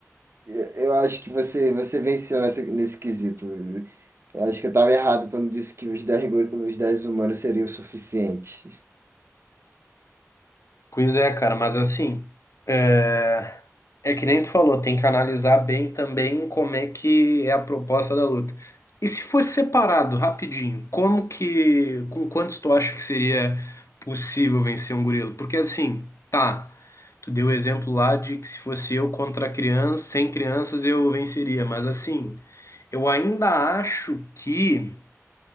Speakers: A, on the right; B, on the left.
A: e- Eu acho que você, você venceu nessa, nesse quesito. Eu acho que eu estava errado quando disse que os dez go- os 10 humanos seriam o suficiente.
B: Pois é, cara, mas assim, é... é que nem tu falou, tem que analisar bem também como é que é a proposta da luta. E se fosse separado, rapidinho, como que, com quantos tu acha que seria possível vencer um gorila? Porque assim, tá, tu deu o exemplo lá de que se fosse eu contra criança, sem crianças eu venceria, mas assim, eu ainda acho que